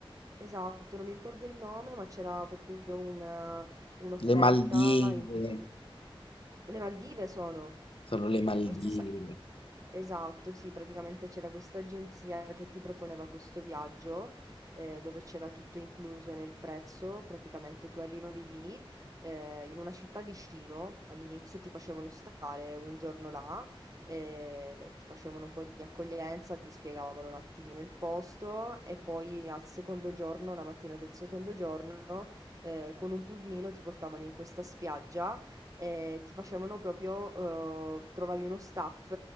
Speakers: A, on the right; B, on the left.
A: esatto, non mi ricordo il nome, ma c'era proprio una- un'offerta
B: Le Maldive,
A: in cui proprio... Le Maldive sono.
B: sono le Maldive.
A: E forse sa- Esatto, sì, praticamente c'era questa agenzia che ti proponeva questo viaggio eh, dove c'era tutto incluso nel prezzo, praticamente tu arrivavi lì eh, in una città vicino, all'inizio ti facevano stare un giorno là eh, ti facevano un po' di accoglienza, ti spiegavano un attimino il posto e poi al secondo giorno, la mattina del secondo giorno, eh, con un pulmino ti portavano in questa spiaggia e ti facevano proprio, eh, trovavi uno staff